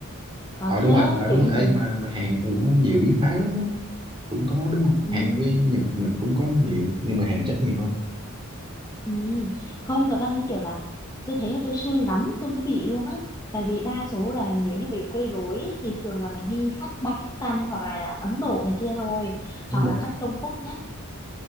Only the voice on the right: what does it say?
ờ đúng
rồi ờ
đúng
rồi
ê mà mà Hàn thường nó nhiều biến thái lắm đó. cũng có đúng không
Hàn với Nhật Nhật cũng có nhiều nhưng mà Hàn chắc nhiều hơn
đúng
rồi